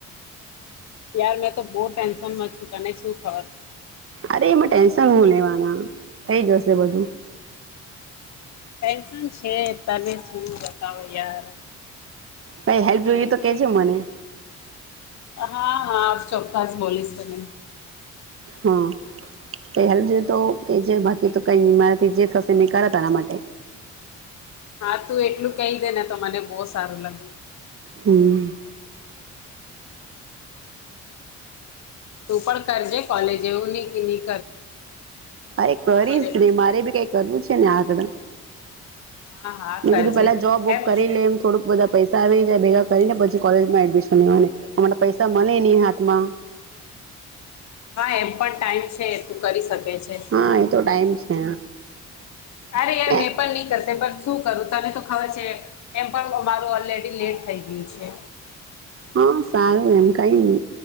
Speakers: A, on the left (about 65°); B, on the right (about 45°).
A: યાર મેં તો બહુ ટેન્શન માં છું તને શું ખબર
B: અરે એમાં ટેન્શન હું લેવાના થઈ જશે બધું
A: પન્શન હે તલીસું બતાાવ યાર
B: કઈ હેલ્પ જોઈએ તો કેજે મને
A: હા હા ચોક્્ખસ બોલીશ તને
B: હા પહેલ જોય તો કે જે બાકી તો કઈ બીમાર જે થશે નહી કરા તના માટે
A: હા તું એટલું કહી દે ને તો મને બહુ સારું લાગે
B: હમ
A: તું પણ કરજે કોલેજ એવું નહી ન
B: અરે કરીશ
A: રહેશે
B: રે મારે ભી કઈ કરવું છે ને આગળ
A: હા હા
B: મેધું
A: કરજે
B: પેલા જોબ વોબ
A: એમ
B: કરી લે એમ થોડુંક બધા પૈસા આવી જાય ભેગા કરીને પછી કોલે એડમિશન લેવા અમા પૈસા મળે નહી હાથમાં
A: હા એમ પણ ટાઈમ છે તકાર સાથે
B: હા એ તો ટાઈમ છે
A: અરે યાર
B: હા
A: મેં પણ નહી કરશે પણ શું કરું તને તો ખબર છે એમ પણ મારું ઓલરેડી લેટ થઈ ગયું છે
B: હા સારું એમ કઈ